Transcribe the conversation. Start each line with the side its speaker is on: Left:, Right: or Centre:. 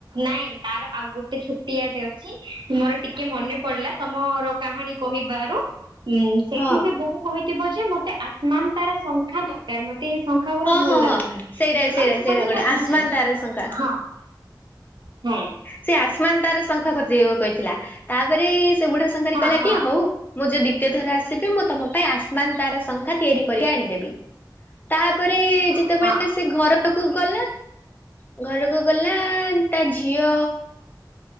Right: ନାଇଁ ତାର ଆଉ ଗୋଟେ ଛୋଟିଆଟେ ଅଛି। ମୋର ଟିକେ ମନେ ପଡିଲା ତମର କାହାଣୀ କହିବାରୁ। ହୁଁ ସେଇଠି
Left: ହଁ
Right: ସେ ବୋହୁ କହିଥିବ ଯେ ମତେ ଆସମାନ ତାରା ଶଙ୍ଖା ଦରକାର ମତେ। ମତେ ଏ ଶଙ୍ଖା ଉରା
Left: ହଁ
Right: ଭଲ
Left: ହଁ
Right: ଲାଗୁନି
Left: ହଁ ସେଇଟା ସେଇଟା
Right: ମାନେ
Left: ସେଇଟା
Right: ଭଲ
Left: ଗୋଟେ
Right: ଲାଗୁଚି
Left: ଆସମାନ ତାରା ଶଙ୍ଖା
Right: ହଁ। ହଁ।
Left: ସେ ଆସମା ତାର ଶଙ୍ଖା ଖରଦେବ କହିଥିଲା। ତାପରେ ସେ ବୁଢ଼ା ଶଙ୍ଖାରି
Right: ହଁ
Left: କହିଲା
Right: ହଁ
Left: କି ହଉ ମୁଁ ଯୋଉ ଦ୍ୱିତୀୟ ଥର ଆସିବି ମୁଁ ତମ ପାଇଁ ଆସ ମାନତାରା ଶଙ୍ଖା ତିଆରି କରି ଆଣିଦେବି। ତାପରେ
Right: ହଁ
Left: ଯେତେବେଳେ
Right: ହଁ
Left: ସେ ଘରକୁ ଗଲା। ଘରକୁ ଗଲା ତା ଝିଅ